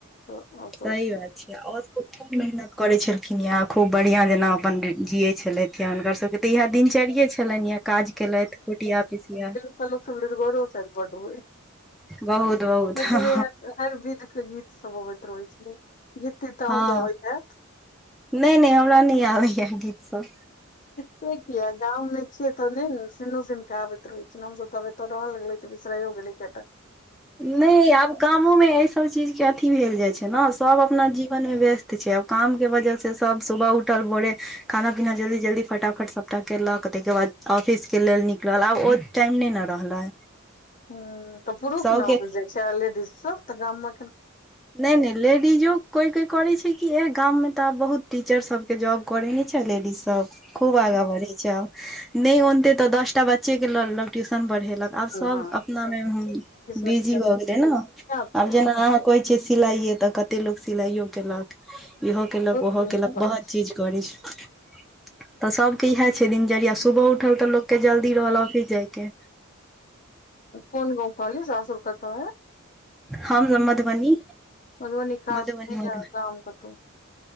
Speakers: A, on the left; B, in the centre.
A: तऽ आओर सब
B: सही बात छै आओर लोक खूब मेहनत करै छलखिन या खूब बढ़ियाँ जेना अपन जियए छलथि य हुनकर सबके तऽ इएहा दिनचर्ये छलनि ये काज केलथि कुटिया पिसिया
A: पहिले लोको सब लूरिगरओ बड होइ
B: बहुत बहुत
A: सच
B: हँ
A: मे हर विध के गीत सब अबैत रहै छलै गीत तीत त
B: हँ
A: अहूँके अबैत हायत
B: नहि नहि हमरा नहि आबैए गीतसभ
A: से कियाक गाममे छियै तऽ नहि ने सनो सुन केे आबैत रहै छै न हमसभ तऽब एत रहल गेलै तऽ बिसराइयो गेलै कयटा
B: नहि आब काम कामो मे एहि सब चीज के अथि भेल जाइ छै ने सभ अपना जीवन मे व्यस्त छै आब काम के वजह से सब सुबह उठ उठल भोरे खाना पीना जल्दी जल्दी फटाफट सबटा केलक तैके बाद ऑफिस के लेल नी -कलल आब ओ टाइम नहि न रहलै
A: हूँ तऽ पुरुख
B: सबके
A: न ऑफिस जाइ छै लेडीज सब तऽ गाममे
B: नहि नहि ले- हिजो कोई कोई करे छै कि इह गाम मे तऽ आब बहुत टीचर सब के जॉब करे छै न लेडीज त सब खूब आगा बढ़े छै आब नहि नते तऽ दसटा बच्चे के ल लेलक ट्यूशन पढ़े आब सब
A: हँ
B: अपनामे
A: किछ ने
B: बिजी
A: किछ छै
B: हो गेलै ने आब जेना अहाँ छै सिलाइे तऽ कते लोको सिलाइयो केलक इहो कयलक
A: बहुत
B: ओहो
A: नीक
B: केलक
A: बात
B: बहुत चीज करै छै तऽ सबके इएह छै दिनचर्या सुबह उठल तऽ लोक के जल्दी रहल ऑफिस जाइके
A: कोन गाँव कहलियै सासुर कतऽ अय
B: हम सब मधुबनी
A: मधबनी खास
B: मधुबनी
A: मे
B: मधुबनी
A: या गाम कतौ